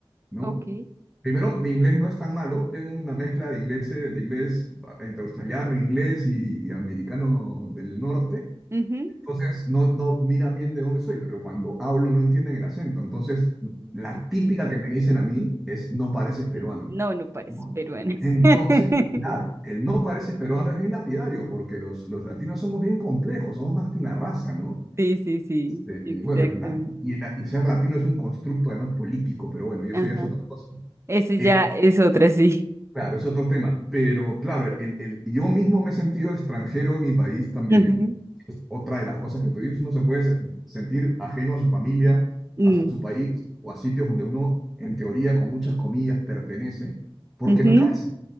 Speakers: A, in the centre; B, on the right.
A: ¿no?
B: Ok.
A: Primero, mi inglés no es tan malo, tengo una mezcla de inglés, eh, de inglés ah, entre australiano, inglés y, y americano del norte.
B: ujú,
A: Entonces, no, no miran bien de dónde soy, pero cuando hablo no entienden el acento. Entonces, la
B: ok.
A: típica que me dicen a mí es, no pareces peruano,
B: No, no parece,
A: ¿no?
B: pero bueno.
A: Entonces,
B: <laughs>
A: claro, el no pareces peruano es bien lapidario, porque los, los latinos somos bien complejos, somos más que una raza, ¿no?
B: Sí, sí, sí,
A: Eh,
B: exactamente.
A: bueno, y, la- y la- y ser latino es un constructo además político, pero bueno, y
B: Ajá.
A: eso ya es otra cosa.
B: Ese
A: Eh,
B: ya es otra, sí.
A: Claro, es otro tema, pero claro, el, el- el- yo mismo me he sentido extranjero en mi país también.
B: Ujú,
A: Es otra de las cosas que tú dices, uno se puede se- sentir ajeno a su familia,
B: mm,
A: a su país o a sitios donde uno, en teoría, con muchas comillas, pertenece, porque
B: ujú,
A: no calza.